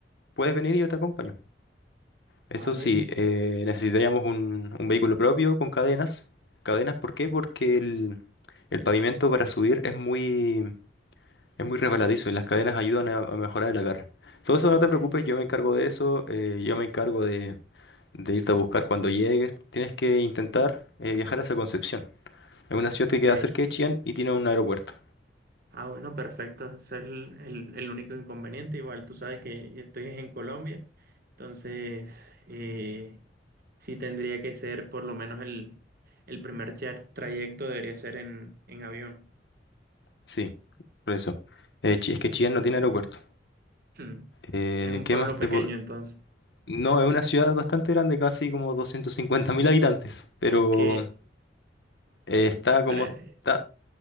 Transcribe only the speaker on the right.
vale,
ok,
ok.
Ah, bueno, perfecto. Ese es el, el- el único inconveniente. Igual tú sabes que estoy en Colombia, entonces eh, sí tendría que ser por lo menos el, el primer tra- trayecto debería ser en, en avión.
<clears throat> Hmm.
Es un
pueblo
pequeño,
entonces.
Ok,
pero